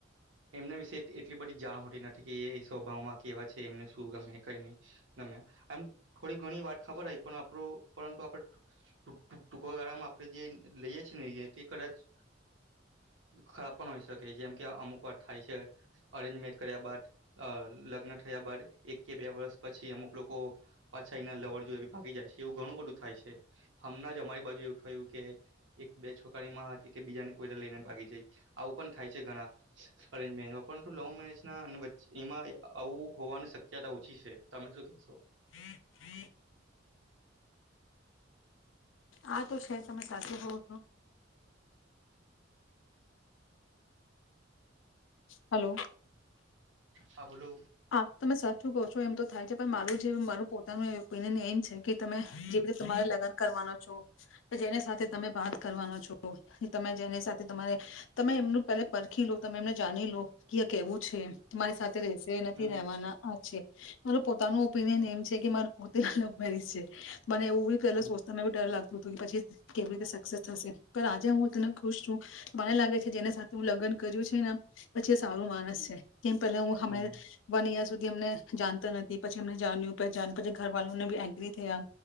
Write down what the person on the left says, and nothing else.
<inaudible> આ તો છે તમે સાચુ કઉ છો. હલો.
હા તમે સાચું કહો છો એમ તો થાય છે. પણ મારું જે મારું પોતાનું ઓપિનિયન એમ છે કે તમે જે રીતે તમારે લગ્ન કરવાનો છો જેને સાથે
તમે બાત કરવાનો છો. તમે જેની સાથે તમારે તમે એમનું પેલા પરખી લો. તમે એમને જાણી લો કે એ કેવું છે. તેમ તમારી સાથે રહેશે ને
થી રહેવાના આ છે. મારો પોતાનું ઓપિનિયન એમ છે કે માર પોતે લવ મેરેજ છે. મને એવું બી પેલું
સોચતે ને ભી ડર લાગ તુ તુન પછી કેવી રીતે સક્સેસ થશે. પણ આજે હું એકદમ ખુશ છું. બાર લાગે છે જેને સાથે હું લગ્ન કર્યું છે ને પછી એ સારું માણસ છે. કેમ પેલા હું હમને
અહીંયા સુધી એમને જાણતી નતી. પછી એમને જાણ્યું પેચાન પછી ઘર વાલાને બી એગ્રી થયા.